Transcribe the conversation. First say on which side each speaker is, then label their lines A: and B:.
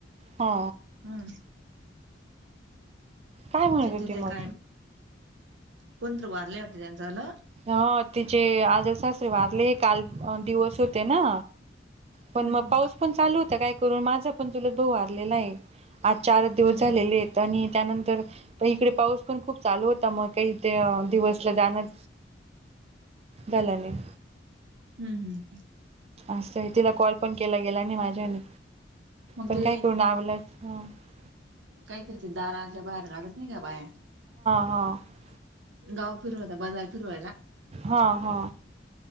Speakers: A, on the right (about 35°); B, on the right (about 75°).
A: हा.
B: हम्म.
A: काय म्हणत
B: त्यांच्या
A: होती
B: ते
A: मग?
B: काय, कोणतर वारलय वाटतं त्यांचावालं.
A: हां. तिचे आजेसासरे वारले. काल दिवस होते ना? पण
B: हम्म
A: म पाऊस पण चालू होता काय करू? माझापण त चुलत भाऊ वारलेला ए. आज चारच दिवस
B: हम्म.
A: झालेलेएत. आणि त्यानंतर प इकडे पाऊस पण खूप चालू होता म काही ते दिवसला जाणं- झालं नाही.
B: हम्म
A: असंय. तिला कॉल पण केला गेला नाही माझ्याने.
B: मग
A: पण
B: ते
A: काय करू नावलाच हा
B: -काहीतरी ते दाराच्या बाहेर घाला- नाही का बाया?
A: हा
B: गाव फिरून येता बाजार फिरवायला?
A: हा. हा.